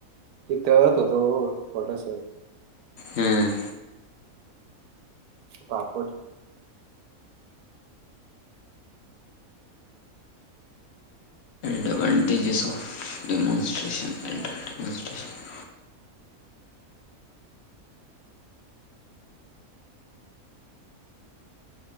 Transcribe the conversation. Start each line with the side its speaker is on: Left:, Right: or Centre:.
Right: कथळत होतो थोडस
Left: हम्म
Right: पापड
Left: advantages of demonstration and demonstration